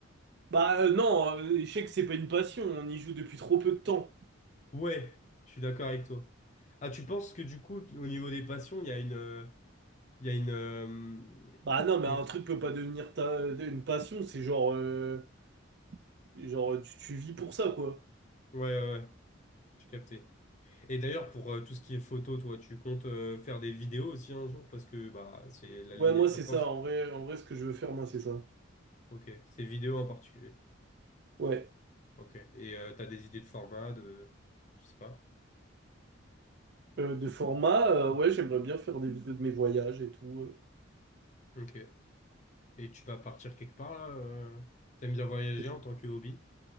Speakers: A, on the right; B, on the left.
A: Bah euh, non, euh, l'échec, c'est pas une passion, on y joue depuis trop peu de temps.
B: Ouais, je suis d'accord avec toi. Ah, tu penses que du coup, au niveau des passions, il y a une, euh, il y a une, euh,
A: Bah non, mais
B: on-
A: un truc peut pas devenir ta... euh, une passion, c'est genre... euh, Genre, tu, tu vis pour ça, quoi.
B: ouais, ouais, ouais, j'ai capté. Et d'ailleurs, pour euh, tout ce qui est photo, toi, tu comptes euh, faire des vidéos aussi un jour parce que bah c'est la ligne
A: Ouais, moi,
B: est très
A: c'est
B: proche.
A: ça, en vrai, en vrai, ce que je veux faire, moi, c'est ça.
B: Ok, c'est vidéo en particulier.
A: Ouais.
B: Ok. Et euh, t'as des idées de format, de je sais pas.
A: Euh, de format, euh, ouais, j'aimerais bien faire des vidéos de mes voyages et tout. euh.
B: Ok. Et tu vas partir quelque part là. euh, T'aimes bien voyager
A: Je-
B: en tant que hobby?